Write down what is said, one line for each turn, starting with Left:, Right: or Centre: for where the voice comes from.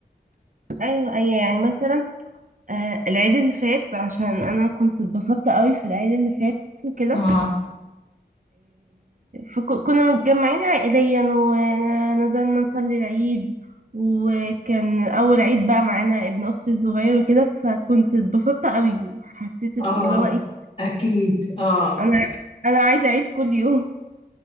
Right: ايوه ايوه يعني مثلا آه العيد اللي فات عشان انا كنت اتبسطت قوي في العيد اللي فات وكده
Left: اه
Right: فكنا متجمعين عائليا ونزلنا نصلي العيد وكان أول عيد بقى معانا ابن أختي الصغير وكده فكنت اتبسطت قوي وحسيت
Left: اه
Right: اللي هو إيه
Left: اكيد اه
Right: أنا أنا عايزة أعيد كل يوم